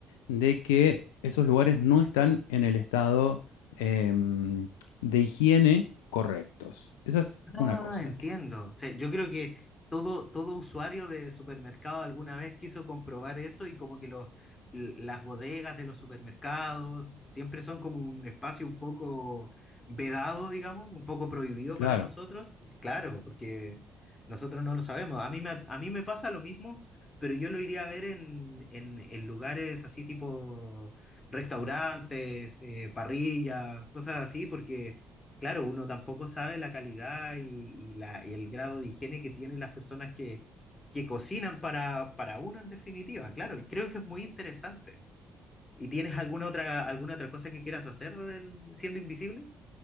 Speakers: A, on the left (about 75°); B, on the left (about 25°).
A: de que esos lugares no están en el estado em, de higiene correctos. Esa es
B: Ah,
A: una cosa
B: entiendo.
A: que,
B: O sea, yo creo que todo, todo usuario de supermercado alguna vez quiso comprobar eso y como que los, l- las bodegas de los supermercados siempre son como un espacio un poco vedado, digamos, un poco prohibido
A: claro.
B: para nosotros. Claro, porque nosotros no lo sabemos. A mí me, a mí me pasa lo mismo, pero yo lo iría a ver en, en, en lugares así tipo restaurantes, eh, parrillas, cosas así, porque claro, uno tampoco sabe la calidad y, y la, y el grado de higiene que tienen las personas que, que cocinan para, para uno en definitiva, claro, y creo que es muy interesante. ¿Y tienes alguna otra, alguna otra cosa que quieras hacer en- siendo invisible?